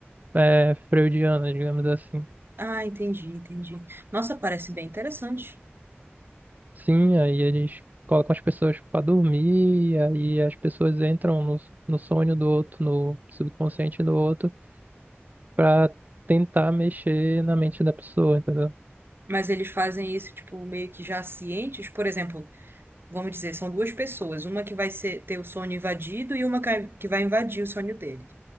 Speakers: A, on the right; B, on the right.
A: é, freudiana, digamos assim.
B: Ah, entendi, entendi. Nossa, parece bem interessante.
A: Sim, aí eles colocam as pessoas pra dormir, e aí as pessoas entram no, no sonho do outro, no subconsciente do outro, pra tentar mexer na mente da pessoa, entendeu?
B: Mas eles fazem isso, tipo, meio que já cientes. Por exemplo, vamos dizer, são duas pessoas. Uma que vai ser- ter o sonho invadido e uma que que vai invadir o sonho dele.